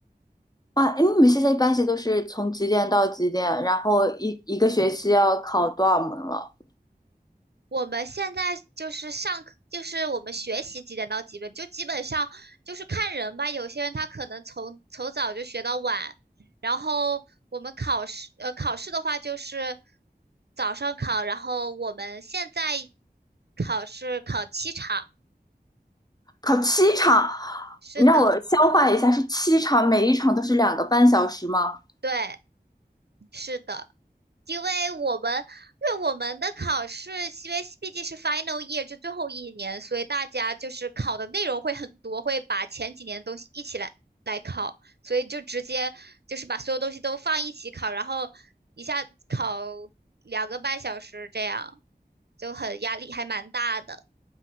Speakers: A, on the left; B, on the right.
A: 哇，哎，你们现在一般是都是从几点到几点？然后一一个学期要考多少门了？
B: 我们现在就是上课，就是我们学习几点到几点，就基本上就是看人吧。有些人他可能从从早就学到晚，然后我们考试，呃，考试的话就是早上考，然后我们现在考试考七场，
A: 考七场，
B: 是的。
A: 你让我消化一下，是七场，每一场都是两个半小时吗？
B: 对，是的，因为我们因为我们的考试，因为毕竟是 final year 就最后一年，所以大家就是考的内容会很多，会把前几年的东西一起来来考，所以就直接就是把所有东西都放一起考，然后一下考两个半小时这样，就很压力还蛮大的。